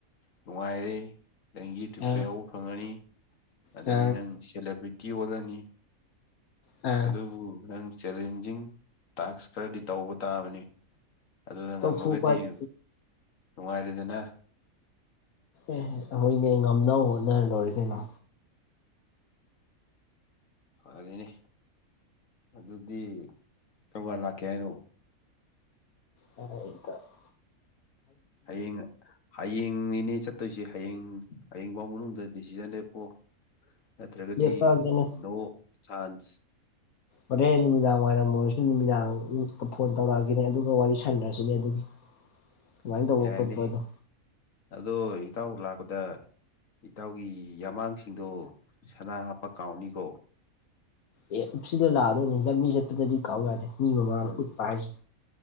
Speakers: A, on the left; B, on the left.
A: ꯅꯨꯡꯉꯥꯏꯔꯦ ꯅꯪ ꯌꯨꯇ꯭ꯌꯨꯕꯇ
B: ꯑ
A: ꯌꯥꯎꯕ ꯐꯪꯉꯅꯤ ꯑꯗꯩꯗꯤ
B: ꯑ
A: ꯅꯪ ꯁꯦꯂꯦꯕ꯭ꯔꯤꯇꯤ ꯑꯣꯜꯂꯅꯤ
B: ꯑ
A: ꯑꯗꯨꯕꯨ ꯅꯪ ꯆꯦꯂꯦꯟꯖꯤꯡ ꯇꯥꯛꯁ ꯈꯔꯗꯤ ꯇꯧꯕ ꯇꯥꯕꯅꯤ ꯑꯗꯨꯗ ꯉꯝꯃꯒꯗꯤ
B: ꯇꯧꯐꯨ ꯄꯥꯏꯕꯤ
A: ꯅꯨꯡꯉꯥꯏꯔꯦꯗꯅ
B: ꯑꯦ ꯍꯣꯢꯅꯦ ꯉꯝꯅꯕ ꯍꯣꯠꯅꯔ ꯂꯣꯏꯔꯦ ꯀꯩꯅꯣ
A: ꯐꯔꯦꯅꯦ ꯑꯗꯨꯗꯤ ꯀꯔꯝꯀꯥꯟ ꯂꯥꯛꯀꯦ ꯍꯥꯏꯅꯣ
B: ꯍꯔ ꯏꯇ <unintelligible>
A: ꯍꯌꯦꯡ ꯍꯌꯦꯡꯅꯤꯅꯦ ꯆꯠꯇꯣꯏꯁꯦ ꯍꯌꯦꯡ ꯍꯌꯦꯡꯐꯥꯎ ꯃꯅꯨꯡꯗ ꯗꯤꯁꯤꯖꯟ ꯂꯦꯞꯄꯣ ꯅꯠꯇ꯭ꯔꯒꯗꯤ
B: ꯂꯦꯞꯄꯛꯑꯒꯦꯅꯦ
A: ꯅꯣ ꯆꯥꯟꯁ
B: ꯍꯣꯔꯦꯟ ꯅꯨꯃꯤꯗꯥꯡ ꯋꯥꯏꯔꯝ ꯑꯣꯏꯔꯁꯨ ꯅꯨꯃꯤꯗꯥꯡ ꯐꯣꯟ ꯇꯧꯔꯛꯑꯒꯅꯦ ꯑꯗꯨꯒ ꯋꯥꯔꯤ ꯁꯥꯟꯅꯔꯁꯤꯅꯦ ꯑꯗꯨꯒꯤ <inaudible>
A: ꯌꯥꯏꯅꯦ
B: ꯈꯣꯠꯄ ꯑꯗꯣ
A: ꯑꯗꯣ ꯏꯇꯥꯎ ꯂꯥꯛꯄꯗ ꯏꯇꯥꯎꯒꯤ ꯌꯥꯃꯥꯡꯁꯤꯡꯗꯣ ꯁꯅꯥ ꯍꯥꯞꯄ ꯀꯥꯎꯅꯤꯀꯣ
B: ꯌꯦꯞꯁꯤꯂ ꯂꯥꯛꯑꯗꯣꯏꯅꯦꯗ ꯃꯤ ꯆꯠꯄꯗꯗꯤ ꯀꯥꯎ ꯌꯥꯗꯦ ꯃꯤ ꯃꯃꯥꯡ
A: ꯎꯝ
B: ꯎꯠꯄ ꯍꯥꯏꯁꯦ